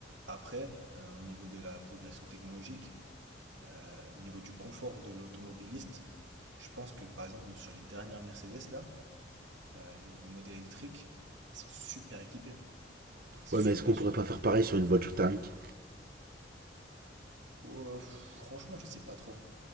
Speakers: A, on the right; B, on the right.
A: Après, euh, au niveau de la progression technologique, euh, au niveau du confort de l'automobiliste, je pense que, par exemple, nos- sur les dernières Mercedes, là, euh, les, les modèles électriques, ils sont super équipés. Super,
B: Ouais, mais est-ce qu'on pourrait
A: super
B: pas faire
A: équipés.
B: pareil sur une voiture thermique
A: Ouais, pff, franchement, je sais pas trop.